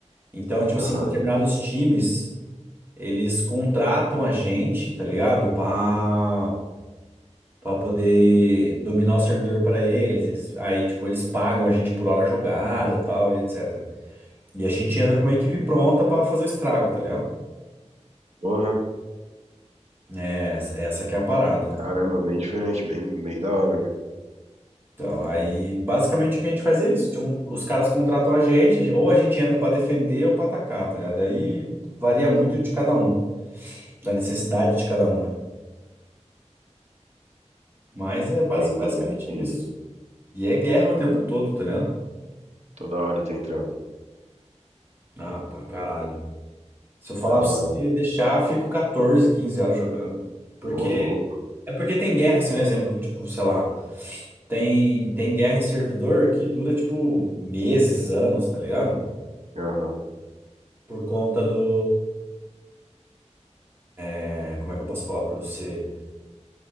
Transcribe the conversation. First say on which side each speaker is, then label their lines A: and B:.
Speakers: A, on the right; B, on the right.
A: Então, tipo
B: aham.
A: assim, determinados times, eles contratam a gente, tá ligado? Pra, pra poder dominar o servidor pra eles. Eles, aí, tipo, eles pagam a gente por hora jogada, tal, e etc. E a gente entra com uma equipe pronta pra fazer o estrago, tá ligado?
B: Porra.
A: É, essa essa que é a parada.
B: Caramba, bem diferente, bem, bem da hora, mano.
A: Então, aí basicamente o que a gente faz é isso. Tipo, os caras contratam a gente, a gen- ou a gente entra pra defender ou pra atacar, tá ligado? Aí varia muito de cada um, da necessidade de cada um, né? Mas é
B: Entendi,
A: basi- basicamente
B: entendi.
A: é isso. E é guerra o tempo todo, tá ligado?
B: Toda hora tem trampo.
A: Ah, pra caralho. Se eu falar
B: Da
A: pra
B: hora.
A: você deixar, fico 14, 15 horas jogando. Porque
B: Ô, louco.
A: é porque tem guerra, assim, um exemplo, tipo, sei lá, tem tem guerra em servidor que dura tipo meses, anos, tá ligado?
B: Aham,
A: Por conta do é, como é que eu posso falar pra você?